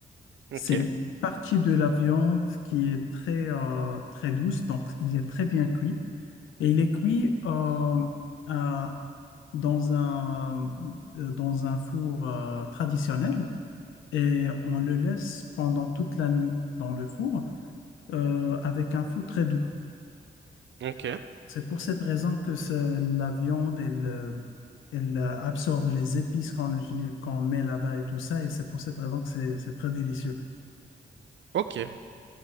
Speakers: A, on the right; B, on the left.
A: Ok,
B: C'est une partie de la viande qui est très, euh, très douce, donc il est très bien cuit. Et il est cuit euh, à- dans un, euh, dans un four euh, traditionnel et on le laisse pendant toute la nuit dans le four euh, avec un feu très doux.
A: ok,
B: C'est pour cette raison que c'est- la viande, elle, euh, elle euh, absorbe les épices qu'on utilise- qu'on met là-bas et tout ça, et c'est pour cette raison que c'est c'est très délicieux.
A: ok.